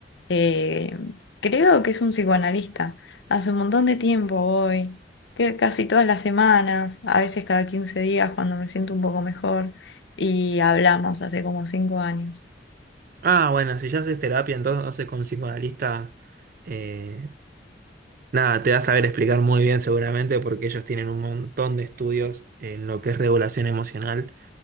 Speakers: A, on the left (about 80°); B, on the right (about 50°).
A: Eh, creo que es un psicoanalista. Hace un montón de tiempo voy, que casi todas las semanas, a veces cada 15 días cuando me siento un poco mejor, y hablamos hace como cinco años.
B: Ah, bueno, si ya haces terapia, entonces con un psicoanalista, eh, nada, te va a saber explicar muy bien seguramente porque ellos tienen un montón de estudios en lo que es regulación emocional